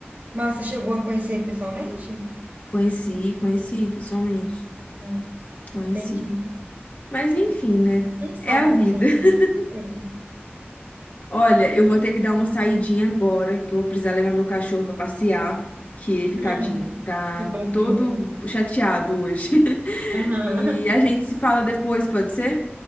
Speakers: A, on the right; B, on the left.
A: Mas você chegou a conhecer ele pessoalmente?
B: conheci, conheci pessoalmente,
A: Não,
B: conheci.
A: entendi.
B: Mas enfim, né?
A: Quem sabe
B: É a
A: com
B: vida.
A: o tempo,
B: <laughs>
A: né? Sei.
B: Olha, eu vou ter que dar uma saidinha agora, que eu vou precisar levar meu cachorro pra passear, que ele,
A: <laughs>
B: tadinho, tá
A: Que fofinho.
B: todo chateado hoje. <laughs>
A: Aham.
B: E a gente se fala depois, pode ser?